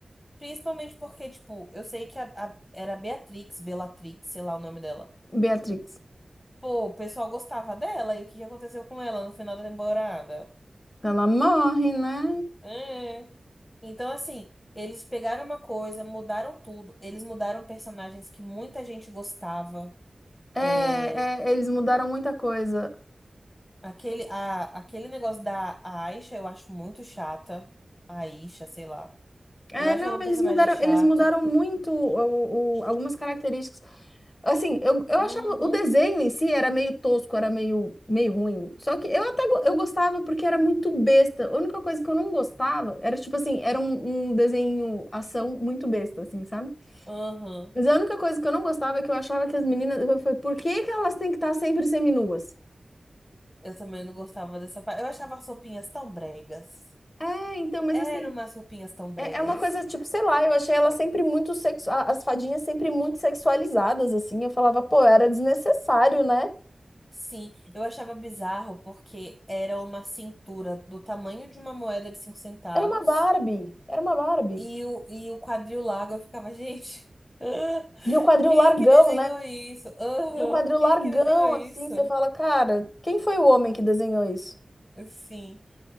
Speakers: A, on the left; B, on the left.
A: Principalmente porque, tipo, eu sei que a, a- era Beatrix, Bellatrix, sei lá o nome dela.
B: Beatrix.
A: Pô, o pessoal gostava dela e o que que aconteceu com ela no final da temporada?
B: Ela morre, né?
A: É. Então, assim, eles pegaram uma coisa, mudaram tudo. Eles mudaram personagens que muita gente gostava.
B: É,
A: É,
B: é, eles mudaram muita coisa.
A: Aquele, a, aquele negócio da Aisha, eu acho muito chata. A Aisha, sei lá.
B: É,
A: Eu acho
B: não,
A: ela um
B: eles
A: personagem
B: mudaram,
A: chato.
B: eles mudaram muito o- o- algumas características. Assim, eu, eu
A: Uhum,
B: achava o desenho em si era meio tosco, era meio, meio ruim. Só que eu até go- eu gostava porque era muito besta. A única coisa que eu não gostava era, tipo assim, era um, um desenho ação muito besta, assim, sabe?
A: uhum.
B: Mas a única coisa que eu não gostava é que eu achava que as meninas. Eu falei, por que que elas têm que estar sempre seminuas?
A: Eu também não gostava dessa parte. Eu achava as roupinhas tão bregas.
B: É, então, mas
A: Eram
B: assim,
A: umas roupinhas tão bregas.
B: é, é uma coisa, tipo, sei lá, eu achei elas sempre muito sexu... a- as fadinhas sempre muito sexualizadas, assim. Eu falava, pô, era desnecessário, né?
A: Sim, eu achava bizarro porque era uma cintura do tamanho de uma moeda de 5 centavos.
B: Era uma Barbie, era uma Barbie.
A: E o, e o quadril lago, eu ficava, gente, <laughs> ah,
B: E o quadril
A: quem
B: largão,
A: que desenhou
B: né?
A: isso? Aham,
B: E o quadril
A: quem
B: largão,
A: que desenhou isso?
B: assim, você fala, cara, quem foi o homem que desenhou isso?
A: Sim.